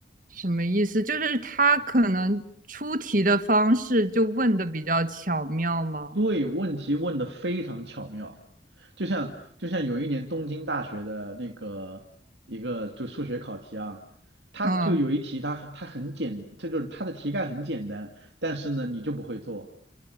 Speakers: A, on the right (about 50°); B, on the right (about 75°).
A: 什么意思？就是他可能出题的方式就问的比较巧妙吗？
B: 对，问题问的非常巧妙，就像就像有一年东京大学的那个一个就数学考题啊，它就有一题它它很简，
A: 嗯，
B: 这就是它的题干很简单，但是呢你就不会做